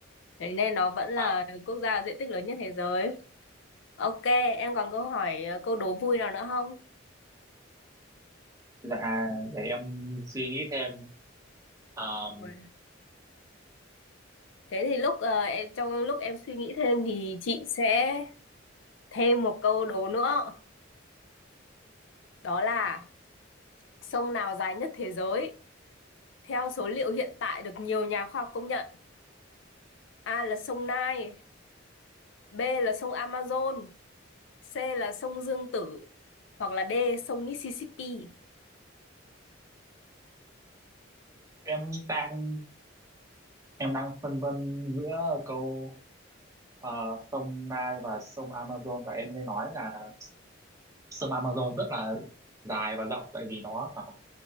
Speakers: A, on the left; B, on the right.
A: Thế nên nó vẫn là
B: Ờ,
A: quốc gia diện tích lớn nhất thế giới. Ok, em còn câu hỏi ờ, câu đố vui nào nữa không?
B: dạ để em suy nghĩ thêm Ờ,
A: Ui. Thế thì lúc ờ, em, trong lúc em suy nghĩ thêm thì chị sẽ thêm một câu đố nữa. Đó là sông nào dài nhất thế giới? Theo số liệu hiện tại được nhiều nhà khoa học công nhận, A là sông Nile, B là sông Amazon, C là sông Dương Tử, hoặc là D sông Mississippi.
B: em đang em đang phân vân giữa câu ờ, sông Nile và sông Amazon tại em nghe nói là sông Amazon rất là dài và rộng tại vì nó ở